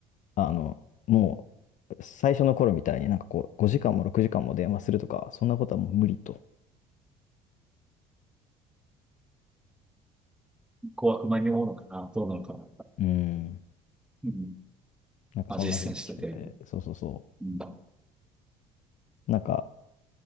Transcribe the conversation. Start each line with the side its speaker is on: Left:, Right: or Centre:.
Left: あの、もう、最初の頃みたいになんかこう、5時間も6時間も電話するとか、そんなことはもう無理と。
Centre: 怖く間に思うのかなどうなのかな
Left: うん。
Centre: うん。
Left: なんかそんな風にしてて、
Centre: まあ、実践してて。
Left: そうそうそ
Centre: うん。
Left: う。なんか、